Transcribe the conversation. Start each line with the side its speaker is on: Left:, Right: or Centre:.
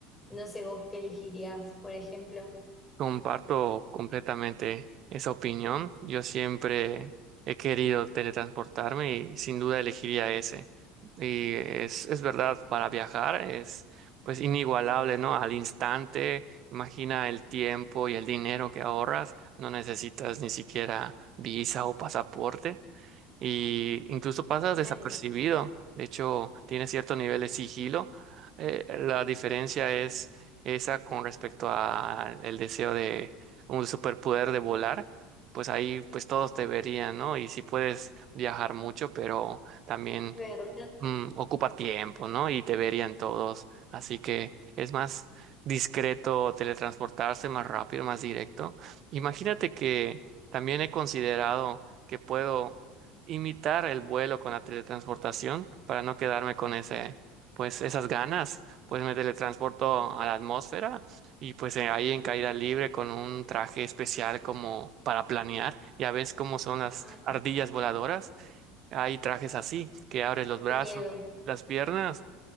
Left: No sé vos qué elegirías, por ejemplo.
Right: Comparto completamente esa opinión. Yo siempre he querido teletransportarme y sin duda elegiría ese. Y es, es verdad, para viajar es pues inigualable, ¿no? Al instante, imagina el tiempo y el dinero que ahorras, no necesitas ni siquiera visa o pasaporte y incluso pasas
Left: Claro,
Right: desapercibido. De hecho, tiene cierto nivel de sigilo. Eh, la diferencia es esa con respecto al deseo de un superpoder de volar. Pues ahí pues todos te verían, ¿no? Y si puedes viajar mucho, pero también
Left: de verdad.
Right: mm, ocupa tiempo, ¿no? Y te verían todos. Así que es más discreto teletransportarse, más rápido, más directo. Imagínate que también he considerado que puedo imitar el vuelo con la teletransportación para no quedarme con ese, pues esas ganas. Pues me teletransporto a la atmósfera y pues eh, ahí en caída libre con un traje especial como para planear. Ya ves cómo son las
Left: Ay,
Right: ardillas voladoras hay trajes así, que abres los brazos,
Left: qué miedo.
Right: las piernas